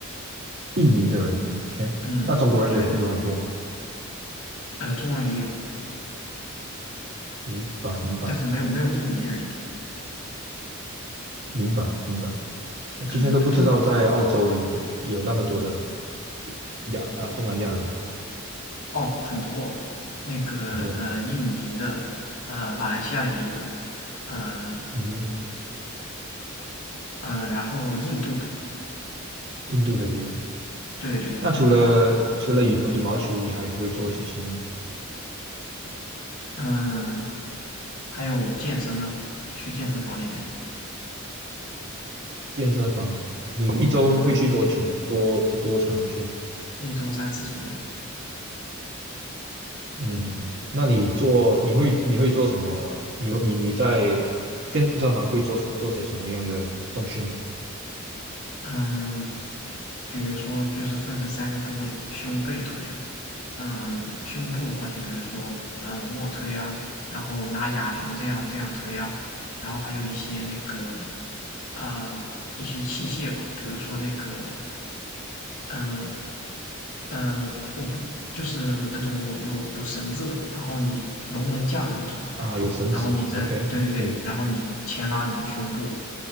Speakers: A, on the right; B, on the left.
A: 印尼的人，OK，
B: 嗯，
A: 那中国人有有很多吗？
B: 对对对，呃，中国人也有，
A: 明白，明白，
B: 但是没有没有印尼的人多，
A: 明白，明白。我之前都不知道在澳洲有有那么多的
B: 嗯，那东呃
A: 亚啊东南亚人，
B: 哦很多，那个呃印尼的，
A: 很多吧？
B: 呃马来西亚的也有，呃
A: 嗯哼，
B: 呃，然后印度的，
A: 印度的也有。
B: 对对对对对，
A: 那除了除了羽毛羽毛球，你还会做一些什么呢？
B: 嗯，还有健身呢，去健身房里面，
A: 健身房，你一周会去多久呢？
B: 嗯嗯，
A: 多多长去呢？
B: 一周三次左右。
A: 嗯，那你做你会你会做什么？你你你在健身房会做些做些什么样的重训
B: 嗯，比如说就是分成三个部位，胸、背、腿啊。嗯，胸部的话，就比如说呃卧推啊，然后拿哑铃这样这样推啊，然后还有一些那个呃一些器械吧，比如说那个嗯嗯、我不就是那种有有有绳子的，然后你龙门架的那种嘛，
A: 啊？有绳子，OK，
B: 然后你再对对对，
A: 可以。
B: 然后你牵拉你的胸部，